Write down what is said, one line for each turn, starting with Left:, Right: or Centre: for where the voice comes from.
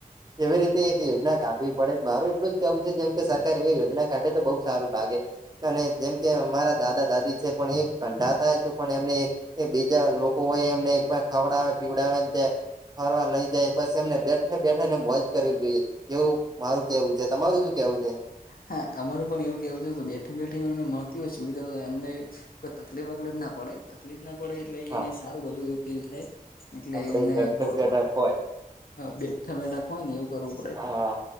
Right: એવી રીતે એક યોજના કાઢવી પડે મારું એટલું જ કેવું છે જેમ કે સરકાર એવી યોજના કાઢે તો બઉુ સારું લાગે. અને જેમ કે અમારા દાદા દાદી છે પણ એ ધરડા થાય તો પણ એમને એ બીજા લોકો હોય એમને ખવડાવે પીવડાવેને ફરવા લઈ જાય બસ એમને બે ઠા બેઠા ને મોજ કરવી જોઈએ એવું મારું કેવું છે. તમારું શું કેવું છે?
Left: હા અમારું પણ એવું કહેવું છે તો બેઠી બેઠી એને મળતી હોય સુવિધા તો એમને કોઈ તકલીફ વકલીફ ના પડે તકલીફ ના પડે એટલે
Right: હા
Left: એને સારું બધું એવું ફીલ થાય એટલે
Right: આપડે
Left: એમને
Right: બેઠક
Left: ગોળ
Right: બેઠક હોય
Left: હ બેઠા બેઠા હોય ને એવું કરવું પડે
Right: હા